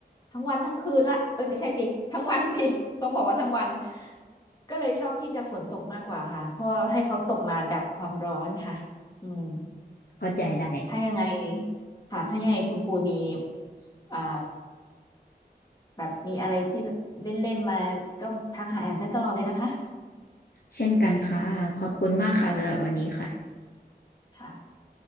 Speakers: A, on the left (about 25°); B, on the left (about 60°).
A: ทั้งวันทั้งคืนละเอ้ยไม่ใช่สิทั้งวันสิ <laughs> ต้องบอกว่าทั้งวันก็เลยชอบที่จะฝนตกมากกว่าค่ะเพราะให้เขาตกมาดับความร้อนค่ะอืม
B: เข้าใจได้
A: ถ้ายังไงค่ะถ้ายังไงคุณปูมีอ่าแบบมีอะไรที่แบบเล่นๆมาก็ทักหาแอมได้ตลอดเลยนะคะ
B: เช่นกันค่ะขอบคุณมากค่ะสำหรับวันนี้ค่ะ
A: ค่ะ